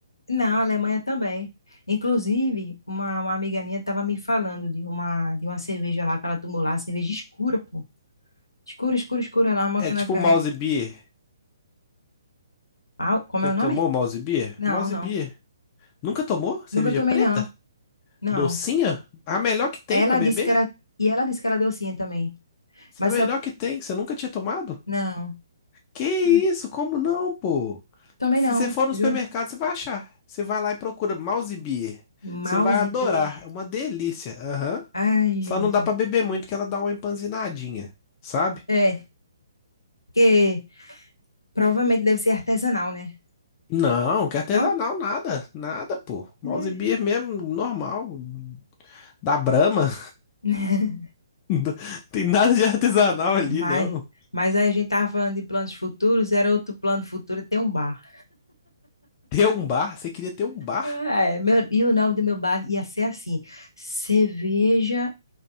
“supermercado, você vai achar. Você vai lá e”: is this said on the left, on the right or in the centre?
Left